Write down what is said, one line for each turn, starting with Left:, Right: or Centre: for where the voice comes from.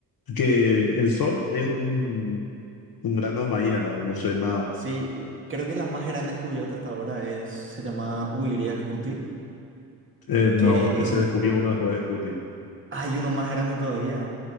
Left: que el Sol es un un grano de maíz al lado, no sé nada,
Right: Sí, creo que la más grande descubierta hasta ahora es, se llama Uiria Scuti,
Left: Eh, no,
Right: que
Left: ese
Right: es,
Left: descubrió uno de de Scooby.
Right: hay uno más grande todavía.